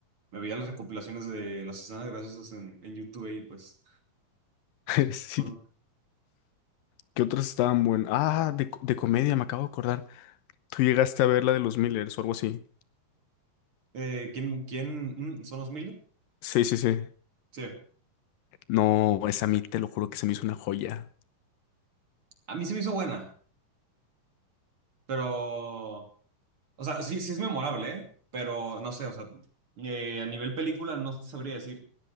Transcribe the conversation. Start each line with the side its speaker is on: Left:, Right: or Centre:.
Right: Me veía las recopilaciones de las escenas graciosas en, en YouTube y pues.
Left: <laughs>
Right: es-
Left: Sí,
Right: bueno.
Left: ¿qué otras estaban buenas? Ah, de, co- de comedia, me acabo de acordar. Tú llegaste a ver la de los Millers o algo así.
Right: Eh, ¿quién, quién? mm, ¿Son los mil?
Left: Sí, sí, sí.
Right: Sí.
Left: No, esa a mí te lo juro que se me hizo una joya.
Right: A mí se me hizo buena, pero. O sea, sí, sí es memorable, ¿eh? Pero no sé, o sea, eh, a nivel película no sabría decir.